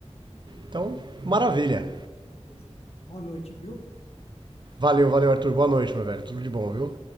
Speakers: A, on the right; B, on the left.
A: Então, maravilha.
B: Beleza. Boa noite, viu?
A: Valeu, valeu, Arthur. Boa noite, meu velho. Tudo de bom, viu?